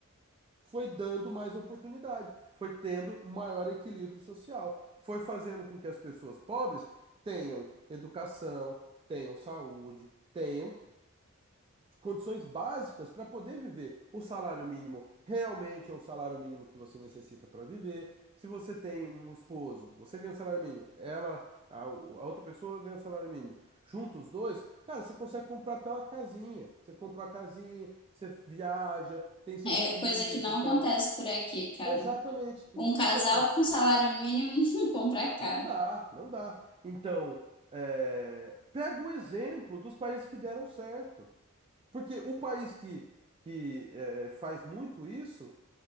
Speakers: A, on the right; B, on the left.
A: Foi dando mais oportunidade, foi tendo maior equilíbrio social, foi fazendo com que as pessoas pobres tenham educação, tenham saúde, tenham condições básicas para poder viver. O salário mínimo realmente é um salário mínimo que você necessita para viver. Se você tem um esposo, você ganha um salário mínimo, ela, a, a outra pessoa ganha um salário mínimo. Juntos os dois, cara, você consegue comprar até uma casinha. Você compra uma casinha, você viaja, tem seus
B: É
A: filhos
B: coisa que não
A: e tal.
B: acontece por aqui, cara.
A: Exatamente. Então
B: Um casal
A: o que acontece?
B: com salário mínimo <laughs> não compra carro.
A: Não dá, não dá. Então, é, pega o exemplo dos países que deram certo. Porque o país que, que eh, faz muito isso